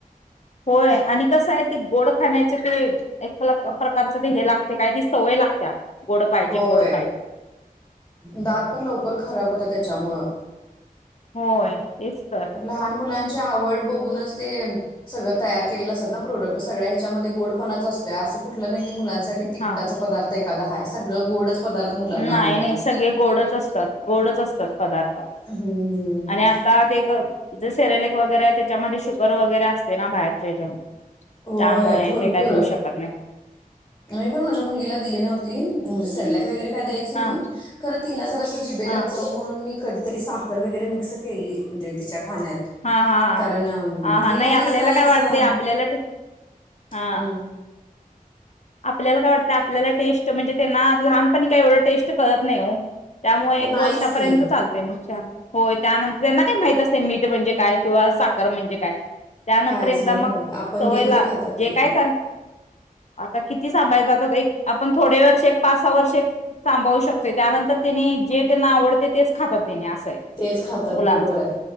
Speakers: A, on the left; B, on the left.
A: होय, आणि कसं हाय ते गोड खाण्याचे ते, एक प्लक् प्रकारच ते हे लागते, काय ते सवय लागत्या गोड पाहिजे
B: होय,
A: गोड पाहिजे
B: दात पण लवकर खराब होतं त्याच्यामुळं.
A: होय. तेच तर
B: कर लहान मुलांची आवड बुग गुनच ते, सगळं तयार केलेल असतात ना प्रॉडक्ट सगळ्या हेच्यामध्ये गोडपणाच असतोय. असं कुठलं नाही की मुलांसाठी तिखटाचा
A: हां,
B: पदार्थ एखादा आहे सगळं गोडच पदार्थ मुलांना
A: नाही
B: आवडतात
A: नाही सगळे गोडच असतात. गोडच असतात पदार्थ.
B: हम्म.
A: आणि आता ते गं. जे सेरेलेक वगैरे आय त्याच्यामध्ये शुगर वगैरे असते ना बाहेर. <unintelligible>
B: होय
A: त्यामुळे
B: भरपूर
A: ते काय देऊ शकत नाय.
B: मी पण माझ्या मुलगीला दिली नव्हती. सेरलॅक वगैरे काय द्याय किनई,
A: हा
B: खरं तिला जरासं जिभेला
A: हा
B: चव म्हणून मी कधीतरी सख साखर वगैरे मिक्स केली म्हणजे तिच्या खाण्यात
A: हा हा हा
B: कारण अं,
A: हा
B: ही
A: हां नाही
B: लहान
A: आपल्याला
B: असतानाच
A: काय वाटत
B: अं,
A: आपल्याला <unintelligible> हा
B: हम्म.
A: आपल्याला काय वाटतं आपल्याला टेस्ट म्हणजे त्यांना लहानपणी काही एवढं टेस्ट कळत नाही हो. त्यामुळे एक
B: नाहीच
A: वर्षापर्यंत
B: की
A: चालतय मग छान होय. त्यानंतर त्यांना काय माहित असते मीठ म्हणजे काय किंवा साखर म्हणजे काय. त्यानंतर
B: कायच
A: एकदा
B: नाही
A: मग
B: होय आपण
A: सवयला
B: दिल ते खातात
A: जे
B: ते
A: काय कर आता किती सांभायं जातात एक आपण थोडे वर्ष एक पाच सहा वर्ष सांभाळू शकते. त्यानंतर त्यांनी जे त्यांना आवडते तेच खातात त्याने असं आहे
B: तेच खातात
A: मुलांच
B: बरोबर आहे.